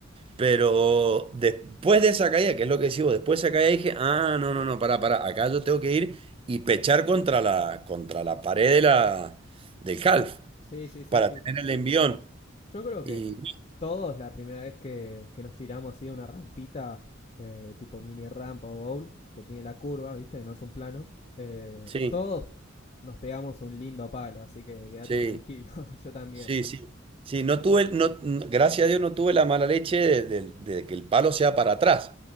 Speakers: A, on the right; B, on the left.
A: pero después de esa caída, que es lo que decís vos, después de esa caída dije, ah, no, no, no, pará, pará, acá yo tengo que ir y pechar contra la, contra la pared de la, del half
B: Sí, sí, sí,
A: para
B: sí.
A: tener el envión.
B: Yo creo
A: Y
B: que todos la primera vez que, que nos tiramos así de una rampita, eh, tipo mini rampa o bowl, que tiene la curva, ¿viste? No es un plano. eh,
A: sí,
B: todos nos pegamos un lindo palo, así que quédate
A: sí,
B: tranquilo, <laughs> yo también.
A: sí, sí. Sí, no tuve, no, no- gracias a Dios no tuve la mala leche de, de- de que el palo sea para atrás.